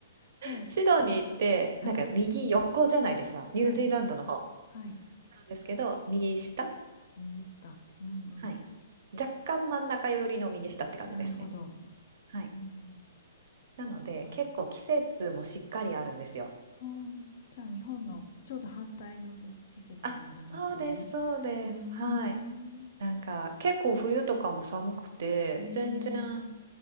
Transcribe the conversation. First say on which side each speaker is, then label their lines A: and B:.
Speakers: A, on the left; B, on the right.
A: はい。
B: シドニーって、
A: はい。
B: なんか右横じゃないですか。
A: はい。
B: ニュージーランドの方。
A: はい。
B: なんですけど、右下
A: 右下。うんうん。
B: はい。若干真ん中寄りの右下って感じですね。
A: なるほど。
B: はい。
A: うん。
B: なので、
A: か。
B: 結構季節もしっかりあるんですよ。
A: おーじゃあ日本のちょうど反対の季節になりますよね。
B: うん。あ、そうですそうです。
A: うーん。
B: はい。なんか結構冬とかも寒くて全然
A: ええ